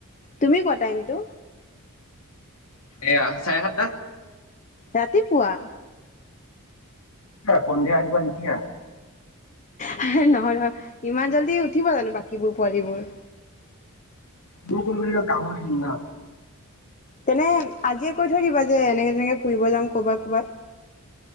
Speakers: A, on the left (about 35°); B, on the left (about 70°).
A: তুমি কোৱা টাইমটো
B: এয়া চাৰে সাতটা।
A: ৰাতিপুৱা।
B: সন্ধিয়া অহিবানেকি ন
A: নহয় নহয় ইমান জল্দি উঠিব জানো বাকীবোৰ পোৱালীবোৰ
B: বক ন কাম ন ওম না
A: তেনে আজিয়ে কৈ থৈ দিবা যে এনেকে তেনেকে ফুৰিব যাম কৰ'বাত ক'বাত